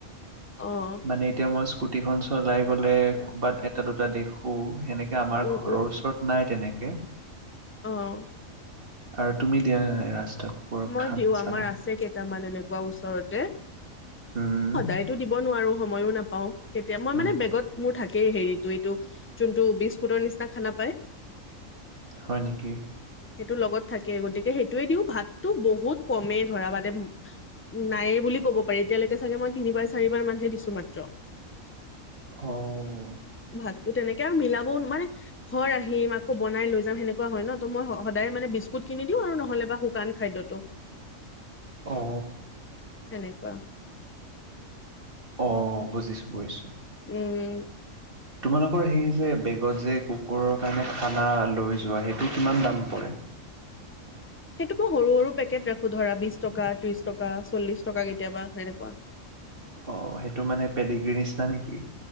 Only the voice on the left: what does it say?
অ',
উম,
অহ
মই
দিওঁ আমাৰ
আছে কেইটামান এনেকুৱা। এনেকুৱা ওচৰতে।
সদায়তো দিব নোৱাৰো। সময়ো নাপাওঁ। কেতিয়া মই মানে
বেগত মোৰ থাকে হেই হেৰিতটো এইটো যোনটো বিস্কুটৰ নিচিনা খানা পায়।
সেইটো লগত থাকে গতিকে সেইটয়ে দিওঁ ভাত। তো বহুত কমেই ধৰা মাানে নাইে বুলি ক'ব পাৰি এতিয়ালৈকে চাগে মই তিনিবাৰ চাৰিবাৰ মানহে দিছো মাত্ৰ।
ভাত। ত' তেনেকে আৰু মিলাবও মানে ঘৰ আহিম আকৌ বনাই লৈ যাম সেনেকুৱা হয় ন ত মই সদায় মানে বি। কুট কিনি দিওঁ আৰু নহলে বা শুকান। খাদ্যটো।
সনেকুৱা।
উম।
সেইটো মই সৰু সৰু পেকেট ৰাখো ধৰা বিশ টকা ত্ৰিশ টকা চল্লিশ টকা কেতিয়াবা তেনেকুৱা।